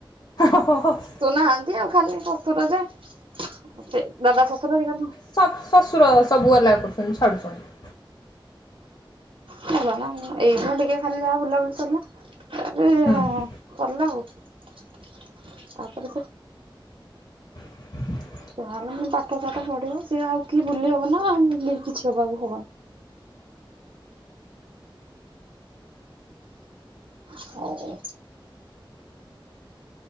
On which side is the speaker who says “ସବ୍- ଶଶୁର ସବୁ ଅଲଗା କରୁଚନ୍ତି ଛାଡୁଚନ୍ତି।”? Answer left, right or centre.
Left